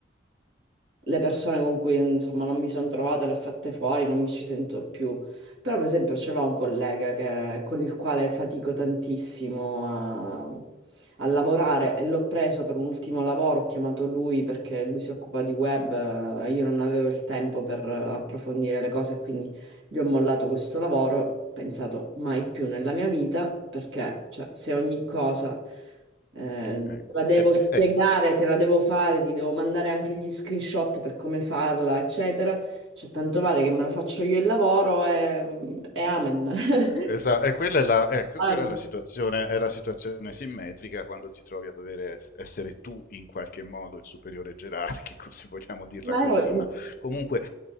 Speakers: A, on the right; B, on the left.
A: le persone con cui insomma non mi sono trovata le ho fatte fuori, non mi ci sento più. Però, per esempio, ce l'ho un collega che- con il quale fatico tantissimo a, a lavorare e l'ho preso per un ultimo lavoro, ho chiamato lui perché lui si occupa di web, eh, io non avevo il tempo per eh, approfondire le cose, quindi gli ho mollato questo lavoro, ho pensato mai più nella mia vita, perché cioè, se ogni cosa eh,
B: Eh,
A: te la devo
B: eh,
A: spiegare,
B: eh,
A: te la devo fare, ti devo mandare anche gli screenshot per come farla, eccetera. Cioè, tanto vale che me lo faccio io il lavoro e, e amen. <laughs>
B: Esa- e quella è la, ecco,
A: Ah,
B: quella è la situazione, è la situazione simmetrica quando ti trovi a dover essere tu in qualche modo il superiore gerarchico, <laughs> se vogliamo dirla
A: Ma
B: così,
A: ero in-
B: ma comunque